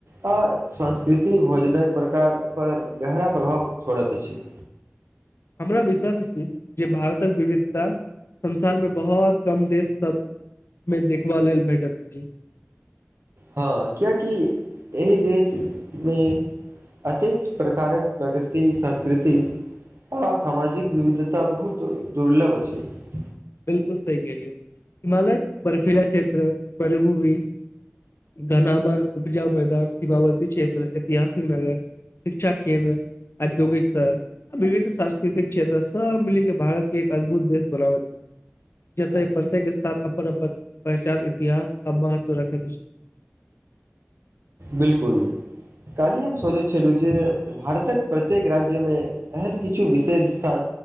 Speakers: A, on the right (about 75°); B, on the left (about 65°).
A: आ संस्कृति भोजनक प्रकार पर गहरा प्रभाव छोड़ा के छय
B: हमरा विश्वास छी जे भारतक विभि संसार मे बहुत कम देश सब मे देखबा लेल भेटैत अछि
A: हँ कियकि एहिह देशमे अतिच प्रकारक प्रकृति संस्कृति आ सामाजिक विविधता बहुत दुर्लभ अछि छै
B: बिलकुल सही केलिए हिमालय बर्फीला क्षेत्र पलभूमि घनामन पूजा पद सीमावर्ती क्षेत्र ऐतिहासिक नगर शिक्षा केन्द्र औद्योगिक शहर विभिन्न सांस्कृतिक क्षेत्र सब मिलि के भारतके एक अद्भुत देश बनाब छै जत प्रत्येक स्थान अपन अपन पहचान इतिहास आ महत्व रखैत छै <unintelligible>
A: बिलकुल काल्हि हम सोचैत छलहुँ जे भारतक प्रत्येक राज्यमे एहन किछु विशेष स्थान